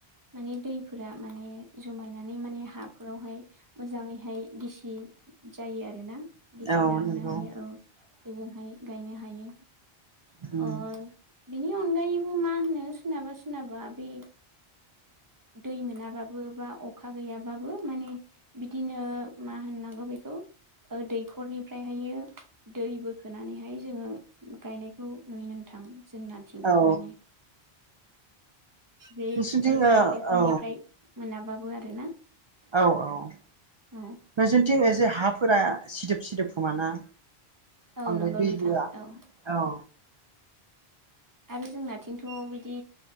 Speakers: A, on the right; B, on the right.
A: मान दैफोरा माने जमायनानै माने हाफोरावहाय मोजाङै बेहाय गिसि जायो आरोना गिसि
B: औ
A: जाहोनो
B: नंगौ
A: हायो औ बेजों गायनो हायो
B: उम
A: अ। बिनि अनगायैबो मा होनो सोरनाबा सोरनाबा बे दै मोनाबाबो बा अखा गैयाबाबो माने बिदिनो मा होननांगौ बेखौ दैखरनिफ्रायहायो दैबो खोनानैहाय जोंङो गायनायखौ नुयो नोंथां जोंनाथिं
B: औ
A: माने बे
B: नोंसोरनिथिं
A: जुदि
B: ओ औ
A: जाम्फैफोरनिफ्राय
B: औ
A: मोनाबाबो आरोना
B: औ औ
A: औ
B: नोंसोरनिथिं एसे हाफोरा सिदोब सिदोब खोमाना?
A: औ
B: बाद्राय
A: नंगौ
B: दै
A: नोंथां
B: बोआ
A: औ
B: औ
A: आरो जोंनाथिंथ' बिदि